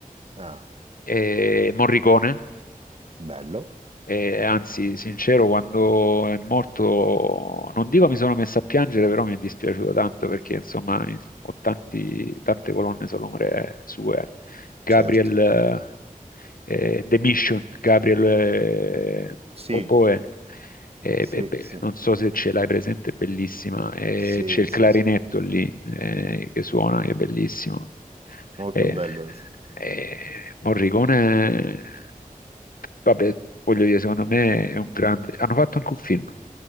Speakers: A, on the right; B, on the left.
A: Ah,
B: eh, Morricone.
A: bello.
B: E anzi, sincero, quando è morto, non dico mi sono messo a piangere, però mi è dispiaciuto tanto perché insomma in- ho tanti- tante colonne sonore sue. Gabriel
A: Certo.
B: eh, eh, The Mission, Gabriel eh,
A: Sì,
B: Oboe, eh,
A: sì,
B: beh, beh,
A: sì,
B: non so se ce l'hai presente, è bellissima. Eh,
A: sì,
B: c'è il
A: sì,
B: clarinetto
A: sì.
B: lì eh, che suona, che è bellissimo.
A: Molto
B: Eh,
A: bello. sì.
B: eh, Morricone, vabbè, voglio dire, secondo me è un grande... Hanno fatto anche un film.